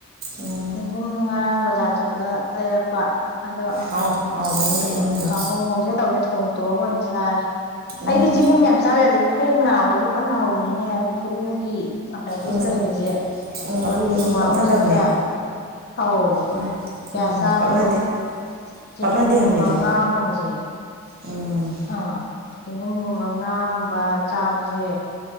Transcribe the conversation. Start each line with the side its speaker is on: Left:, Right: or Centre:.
Right: ꯎꯝ
Left: ꯆꯦꯡꯒꯨꯝ ꯉꯔꯥꯡ ꯕꯖꯥꯔ ꯆꯠꯄꯗ ꯂꯩꯔꯛꯄ ꯑꯗꯣ
Right: ꯍꯥꯎꯕ ꯍꯥꯎꯕꯅꯤꯅꯦ
Left: ꯀꯩꯅꯣ
Right: ꯆꯦꯡꯒꯨꯝꯗꯣ
Left: ꯀꯥꯡꯉꯧ ꯉꯧꯁꯦ ꯇꯧꯁꯦ ꯊꯣꯡ ꯇꯣꯛꯑꯒ ꯑꯣꯏꯅꯁꯨ ꯂꯥꯏꯔꯦ
Right: ꯎꯝ
Left: ꯑꯩꯗꯤ ꯆꯤꯡꯒꯨꯝ ꯌꯥꯝ ꯆꯥꯔꯦ ꯑꯗꯩ ꯈꯣꯡ ꯅꯥꯕꯕꯨ ꯀꯟꯅ ꯍꯧꯔꯤꯅꯦ ꯈꯨꯒꯤ ꯑꯦꯊ꯭ꯔꯥꯏꯏꯇꯤꯁ
Right: ꯎꯝ
Left: ꯂꯩꯕꯁꯦ
Right: ꯎꯝ
Left: ꯄ꯭ꯔꯣꯇꯤꯟ
Right: ꯑꯗꯨ ꯑꯗꯨ
Left: ꯋꯥꯡꯕꯁꯦ
Right: ꯄꯛꯅꯗꯕꯅꯦ
Left: ꯀꯌꯥ ꯑꯧ
Right: ꯎꯝ
Left: ꯀꯌꯥ
Right: ꯎꯝ
Left: ꯆꯥꯕꯗꯨ
Right: ꯄꯛꯅꯗꯦ
Left: ꯆꯦꯡꯒꯨꯝꯒꯨꯝꯕ
Right: ꯄꯥꯛꯅꯗꯦ ꯍꯥꯏꯕꯅꯤꯗꯣ
Left: ꯉꯥꯒꯨꯝꯕꯁꯦ
Right: ꯎꯝ
Left: ꯑꯥ ꯆꯦꯡꯒꯨꯝꯒꯨꯝꯕ ꯉꯥꯒꯨꯝꯕ ꯆꯥꯕꯁꯦ